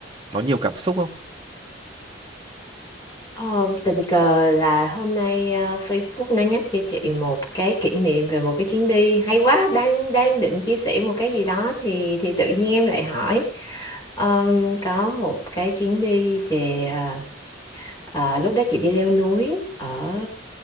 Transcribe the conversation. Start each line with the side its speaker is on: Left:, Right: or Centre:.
Right: nó nhiều cảm xúc không?
Left: Ờ, tình cờ là hôm nay ờ, Facebook nó nhắc cho chị một cái kỷ niệm về một cái chuyến đi hay quá đang đang định chia sẻ một cái gì đó thì thì tự nhiên em lại hỏi Ờm, có một cái chuyến đi về ờ, ờ, lúc đó chị đi leo núi ở